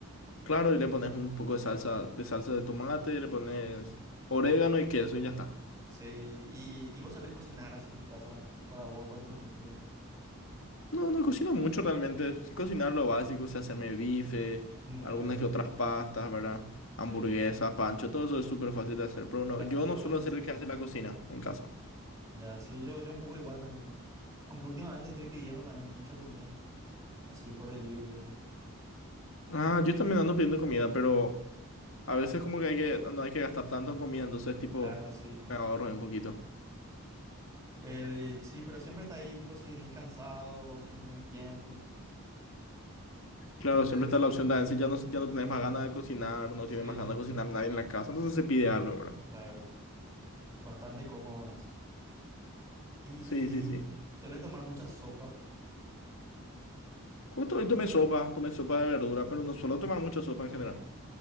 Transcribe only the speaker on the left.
Claro, y le pones un poco de salsa, de salsa de tomate, le pones orégano y queso y ya está.
No, no cocino mucho realmente. Sé cocinar lo básico, sé hacerme bife,
algunas
que otras pastas, ¿verdad?
Hamburguesas, pancho, todo eso es súper fácil de hacer, pero no,
yo
no
suelo
ser el que hace la cocina en casa.
Ah, yo también ando pidiendo comida, pero a veces como que hay que, no hay que gastar tanto en comida, entonces tipo,
me ahorro un poquito.
Claro,
siempre
está la opción de "Ah, si ya no, ya no tenés más ganas de cocinar, no
tiene más ganas de cocinar nadie en la casa, entonces se pide algo, ¿verdad?
Sí, sí, sí.
Justo hoy tomé sopa, tomé sopa de verdura, pero no suelo tomar mucha sopa en general.